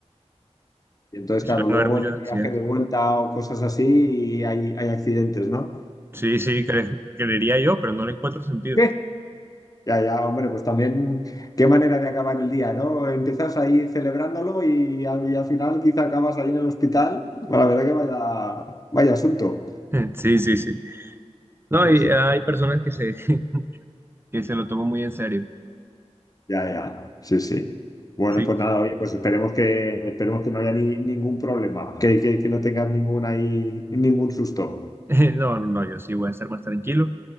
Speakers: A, on the left; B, on the right.
A: Y entonces,
B: y
A: claro,
B: suelen
A: luego
B: haber muchos
A: en el viaje
B: accidentes.
A: de vuelta o cosas así hay, hay accidentes, ¿no?
B: Sí, sí, cre- creería yo, pero no le encuentro sentido.
A: <laughs> Ya, ya, hombre, pues también qué manera de acabar el día, ¿no? Empiezas ahí celebrándolo y, al y al final quizá acabas ahí en el hospital. Bueno, la verdad que vaya, vaya asunto.
B: <laughs> Sí, sí, sí. No,
A: Sí,
B: y
A: sí.
B: eh, hay personas que se, <laughs> que se lo toman muy en serio.
A: Ya, ya, sí, sí. Bueno,
B: Sí.
A: pues nada, oye, pues esperemos que, esperemos que no haya ni- ningún problema, que, que, que no tengas ningún ahí, ningún susto.
B: <laughs> No, no, no, yo sí voy a estar más tranquilo.